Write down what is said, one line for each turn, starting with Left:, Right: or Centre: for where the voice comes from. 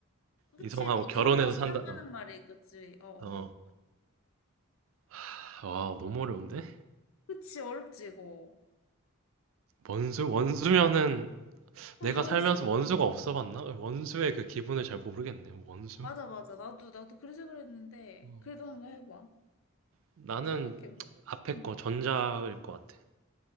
Left: 그치,
Right: 이성하고
Left: 너
Right: 결혼해서
Left: 결혼해서
Right: 산다.
Left: 산다는
Right: 어.
Left: 말이, 그치, 어.
Right: 어.
Left: 어.
Right: 하, 와, 너무 어려운데?
Left: 그치, 어렵지, 이거.
Right: 원수, 원수면은 내가
Left: <laughs> 원수.
Right: 살면서 원수가 없어 봤나? 원수의 그 기분을 잘 모르겠네. 원수?
Left: 맞아, 맞아. 나도, 나도 그래서 그랬는데,
Right: 음.
Left: 그래도 한번 해봐.
Right: 나는
Left: 생각해봐.
Right: 앞에
Left: 응.
Right: 거 전자일 것 같아.